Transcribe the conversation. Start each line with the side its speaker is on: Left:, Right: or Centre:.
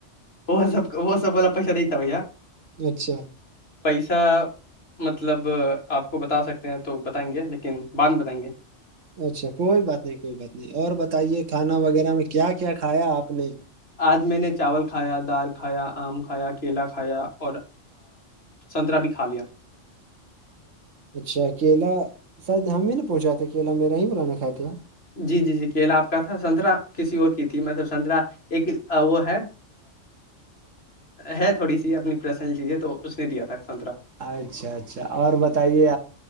Left: وہ سب وہ سب والا پیسہ دیتاب
Right: اچھا
Left: پیسہ <unintelligible> مطلب آپ کو بتا سکتے ہیں تو بتائیں گے لیکن بعد میں بتائیں گے
Right: اچھا کوئی بات نہیں کوئی بات نہیں اور بتائیے کھانا وغیرہ میں کیا کیا کھایا آپ نے
Left: آج میں نے چاول کھایا دال کھایا آم کھایا کیلا کھایا اور سنترہ بھی کھا لیا
Right: اچھا کیلا ساید ہم ہی نہا پہنچاتے کیلا میرا ہی بولانا کھائے تھے آپ
Left: جی جی جی کیلا آپ کا تھا سنترہ کسی اور کی تھی مطلب سنترہ ایک وہ ہے ہے تھوڑی سی اپنی پرسنل چیزیں تو اس نے دیا تھا سنترا
Right: اچھا اچھا اور بتائیے